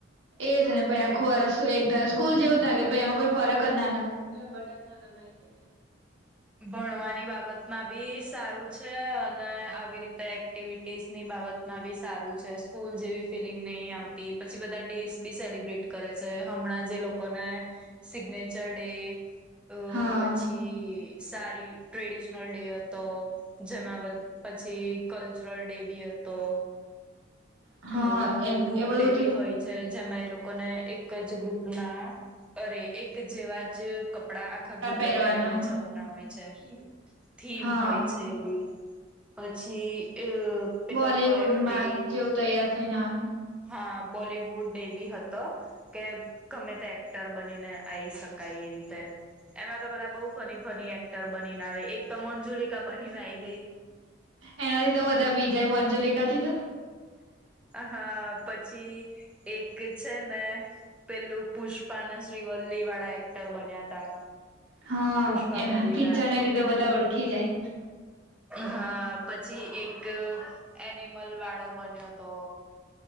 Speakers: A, on the right; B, in the centre.
A: એજ ને <unintelligible> આખું
B: એટલે
A: અરસું
B: હમ
A: એકર સ્કૂલ જેવું જ લાગે એમાં કોઈ ફરક જ ના લાગે. પેલા બટર ના દબાઈ શકે.
B: ભણવાની બાબતમાં. બી સારું છે, અને આવી રીતે એક્ટિવિટીઝની બાબતમાં બી સારું છે, સ્કૂલ જેવી ફિલિંગ નહી આવતી પછી બધા ડેસ બી સેલિબ્રેટ કરે છે, હમણાં જે લોકોને સિગ્નેચર ડે. અ
A: હા
B: પછી સારી ટ્રેડિશનલ ડે હતો જેમાં <unintelligible> પછી કલ્ચરલ ડે બી હતો.
A: હા
B: અ
A: એ
B: ગ્રુપ
A: એ બધું
B: ડે બી
A: થઈ
B: હોય છે. જેમાં એ લોકોને એક જ ગ્રુપના અરે એક જેવા જ કપડા આખા ગ્રુપે
A: પહેરવાના
B: પહેરીને
A: હોય
B: <unintelligible> <unintelligible> થીમ
A: હા
B: હોય છે, એવી. પછી અ પેલો
A: બોલીવુડમાં
B: કોયો ડે
A: જેવું તૈયાર થઈને આવાનું
B: હા બોલીવુડ ડેબી હતો કે ગમે તે એક્ટર બનીને આઈ શકાય એ રીતે એમાં તો બધા બહુ ફની ફની એક્ટર બનીને આવે એક તો મંજુલિકા બનીને આ
A: એનાથી તો બધા બીજા મંજોલિકા થી તો
B: હા. પછી એક છે, ને પેલું પુષ્પા અને શ્રીવલ્લી વાળા એક્ટર બન્યા તા
A: હા
B: પુષ્પા
A: એમાં
B: મુવી
A: પિક્ચરને
B: ના.
A: લીધે બધા ઓળખી જાય
B: હા પછી એક એનિમલ વાળો. બન્યો તો.